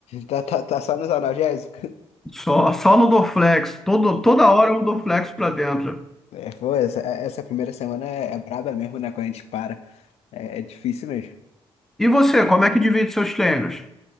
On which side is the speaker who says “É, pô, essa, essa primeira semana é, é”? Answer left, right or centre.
Left